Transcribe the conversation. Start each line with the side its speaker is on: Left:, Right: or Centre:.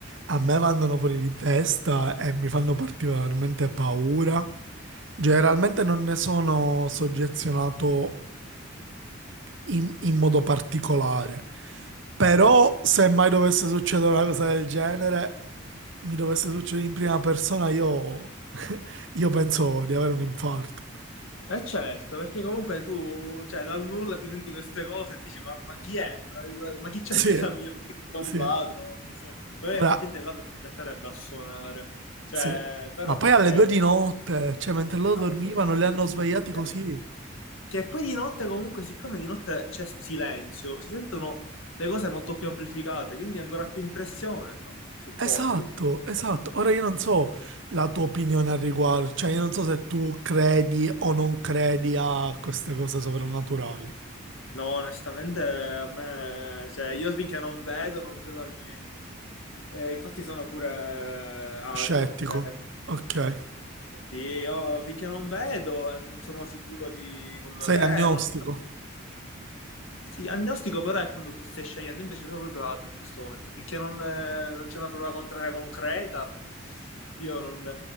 Right: a me vanno fuori di testa e mi fanno particolarmente paura. Generalmente non ne sono soggezionato in, in modo particolare, però se mai dovesse succedere una cosa del genere, mi dovesse succedere in prima persona, io, io penso di avere un infarto.
Left: Eh certo, perché comunque tu, cioè, dal nulla ti senti queste cose e dici, ma, ma chi è? Ma, ma chi c'è
Right: Sì,
Left: a casa mia? È un
Right: sì.
Left: ladro, non lo so. Poi
Right: Ora,
Left: effettivamente il ladro ti metterebbe a suonare. Cioè,
Right: sì.
Left: però,
Right: Ma poi
Left: ok.
Right: alle due di notte, cioè mentre loro
Left: Ma
Right: dormivano,
Left: poi di no-
Right: li
Left: infatti
Right: hanno svegliati
Left: di notte...
Right: così.
Left: Cioè, poi di notte comunque, siccome di notte c'è silenzio, si sentono le cose molto più amplificate, quindi ancora più impressione fa, suppongo.
Right: Esatto, esatto. Ora io non so la tua opinione al riguardo, cioè io non so se tu credi o non credi a queste cose sovrannaturali.
Left: No, onestamente a me, cioè, io finché non vedo non credo a niente. Eh, infatti sono pure ateo,
Right: Scettico,
Left: cioè,
Right: ok.
Left: sì, io finché non vedo e non sono sicuro di quello
Right: Sei
Left: che è.
Right: agnostico,
Left: non- so. Sì, agnostico però è quando tu stai scegliendo, invece sono proprio ateo in questo momento. Finché non, eh, non c'è una prova contraria concreta, io non,